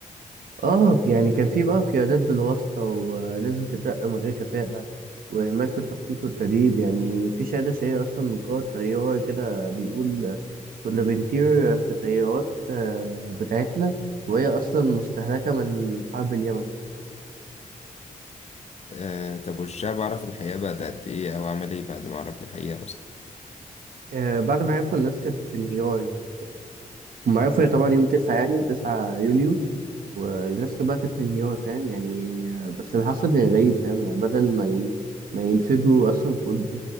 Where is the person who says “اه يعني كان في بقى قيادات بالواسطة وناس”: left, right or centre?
Right